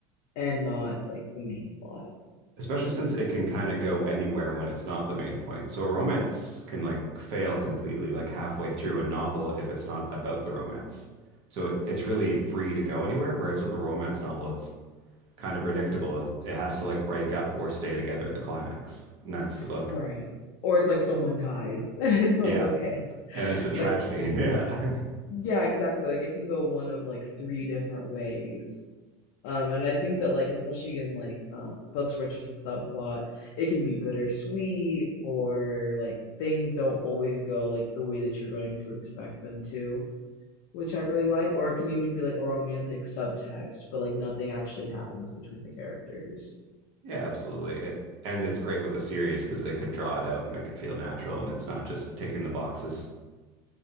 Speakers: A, on the left; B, on the right.
A: and not like the main plot.
B: Especially since it can kind of go anywhere when it's not the main point. So a romance can like fail completely like halfway through a novel if it's not about the romance. So it, it's really free to go anywhere, whereas with a romance novel, it's kind of predictable. It's- It has to like break up or stay together at the climax. And that's the book.
A: Right. Or it's like someone dies and <laughs> it's
B: Yeah.
A: like, okay.
B: And it's a tragedy.
A: Like,
B: <laughs> Yeah.
A: yeah, exactly. Like it can go one of like three different ways. Um, and I think that like especially in like um, books where it's just a subplot, it can be bittersweet or like things don't always go like the way that you're going to expect them to, which I really like. Or it can even be like a romantic subtext, but like nothing actually happens between the characters.
B: Yeah, absolutely. It, and it's great with a series because they can draw it out and make it feel natural and it's not just ticking the boxes.